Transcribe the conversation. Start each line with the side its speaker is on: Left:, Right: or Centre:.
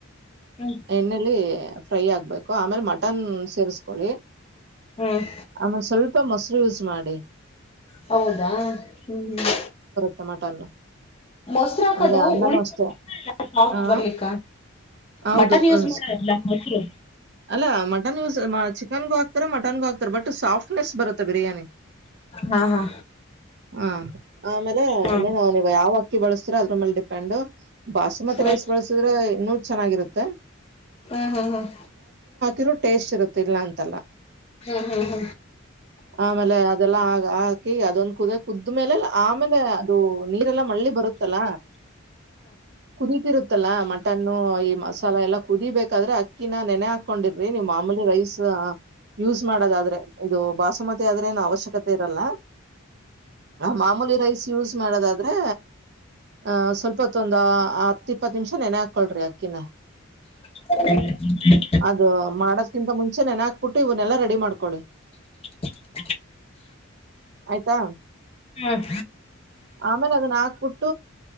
Left: ಹ್ಮ್
Right: ಎಣ್ಣೆಯಲ್ಲಿ ಫ್ರೈ ಆಗ್ಬೇಕು ಆಮೇಲೆ ಮಟನ್ ಸೇರಿಸಕೊಳ್ಳಿ
Left: ಹ್ಮ್
Right: ಆಮೇಲ ಸ್ವಲ್ಪ ಮೊಸರು ಯೂಸ್ ಮಾಡಿ
Left: ಹೌದಾ ಹ್ಮ್ ಹ್ಮ್
Right: ಟೋಮೋಟ ಅಲ್ಲು
Left: ಮೊಸರು ಹಾಕದು
Right: ಆಮೇಲೆ ಅನ್ನನ
Left: ಉಳಿ
Right: ಅಷ್ಟೇ
Left: ಸಾಫ್ಟ್
Right: ಹಾ
Left: ಬರ್ಲಿಕ್ಕ
Right: ಹೌದು
Left: ಮಟನ್ ಯೂಸ್
Right: ಹ
Left: ಮಾಡಲ್ಲ ಮೊಸರು
Right: ಅಲ್ಲ ಮಟನ್ ಯೂಸ್ ಚಿಕನ್ಗ ಹಾಕ್ತಾರ ಮಟನ್ಗೂ ಹಾಕ್ತಾರ ಬಟ್ ಸಾಫ್ಟ್ ಸ್ ಬರುತ್ತೆ ಬಿರಿಯಾನಿ
Left: ಹಾ ಹಾ
Right: ಹ್ಮ ಆಮೇಲೆ
Left: ಹ್ಮ್
Right: ಇನ್ನೇ ನಾವ ಯಾವತ್ತ ಅಕ್ಕಿ ಬಳಸ್ತೀರಾ ಅದ್ರ ಮೇಲೆ ಡಿಪೆಂಡ್ ಬಾಸುಮತಿ
Left: ಹ್ಮ್
Right: <unintelligible> ರೈಸ್ ಬಳಸಿದ್ರೆ ಇನ್ನು ಚೆನ್ನಾಗಿರುತ್ತೆ.
Left: ಹ್ಮ್ ಹ್ಮ್ ಹ್ಮ್
Right: ಇ ಟೇಸ್ಟ್ ಇರುತ್ತ ಇಲ್ಲ ಅಂತ
Left: ಹ್ಮ್ ಹ್ಮ್
Right: ಆಮೇಲೆ ಅದೆಲ್ಲಾ ಹಾಕಿ ಅದೊಂದು ಕುದ ಕುದ್ಮೇಲೆಲ್ಲ ಆಮೇಲೆ ಅದು ನೀರೆಲ್ಲಾ ಮಳ್ಳಿ ಬರುತ್ತಲ್ಲ ಕುದೀತಿರುತ್ತಲ್ಲ ಮಟನ್ನು ಈ ಮಸಾಲ ಎಲ್ಲಾ ಕುದಿಬೇಕಾದ್ರೆ ಅಕ್ಕಿನ ನೆ ಕೊಂಡಿದ್ರಿ ನೀವು ಮಾಮೂಲಿ ರೈಸ್ ಯೂಸ್ ಮಾಡೋದಾದ್ರೆ ಇದು ಬಾಸುಮತಿ ಆದ್ರೇನು ಅವಶ್ಯಕತೆ ಇರಲ್ಲಾ ಹ ಮಾಮೂಲಿ ರೈಸ್ ಯೂಸ್ ಮಾಡೋದಾದ್ರೆ ಆ ಸ್ವಲ್ಪತ್ ಒಂದ ಹತ್ತ ಇಪ್ಪತ್ತು ನಿಮಿಷ ನೆನೆ ಹಾಕೊಳ್ರಿ ಅಕ್ಕಿನ
Left: <unintelligible>
Right: ಅದು ಮಾಡದ್ಕಿಂತ ಮುಂಚೆ ನೆನೆ ಹಾಕ್ಬಿಟ್ಟು ಇವ್ನ್ನೆಲ್ಲಾ ರೆಡಿ ಮಾಡ್ಕೊಳ್ಳಿ
Left: <unintelligible>
Right: ಆಯ್ತಾ
Left: ಹ್ಮ್ ಹ್ಮ್ ಹ್ಮ್
Right: ಆಮೇಲೆ ಅದನ್ನ ಹಾಕ್ಬಟ್ಟ